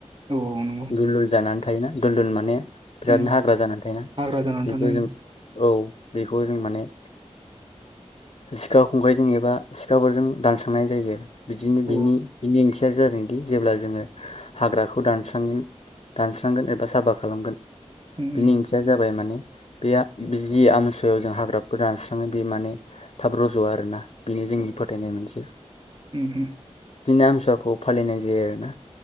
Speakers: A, on the right; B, on the left.
A: औ नंगौ
B: दुलुल जाना थायोना दुलदुल माने- बिरादनो
A: उम
B: हाग्रा जानानै थायोना
A: हाग्रा जानानै
B: बेखौ
A: थानाय
B: जों औ बेखौ जों माने- सिखा खंखाइ जों एबा- सिखाफोरजों दानस्रांनाय जायो। बिदिनो बिनि
A: औ
B: बेनि ओंथि या जादोंदि जेब्ला जोङो हाग्राखौ दानस्रांगोन दानस्रांगोन एबा साफा खालामगोन
A: उम
B: बिनि ओंथिया जाबाय माने बेआ बिजि आमसुवायाव जों हाग्राखौ दानस्राङो बे माने थाब रजया आरोना। बेनि जोंनि
A: औ
B: फोथायनाय मोनसे। इदिनि
A: उम
B: आमसुवाखौ फालिनाय जायो आरोना